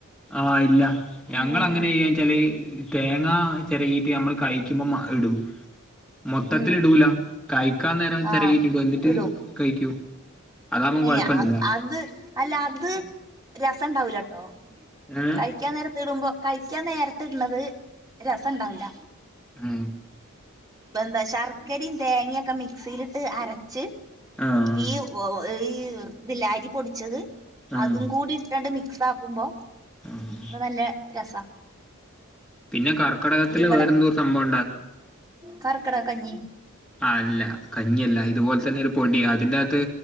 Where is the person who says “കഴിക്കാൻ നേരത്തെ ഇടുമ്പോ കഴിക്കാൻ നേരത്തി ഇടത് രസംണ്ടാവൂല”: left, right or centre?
Right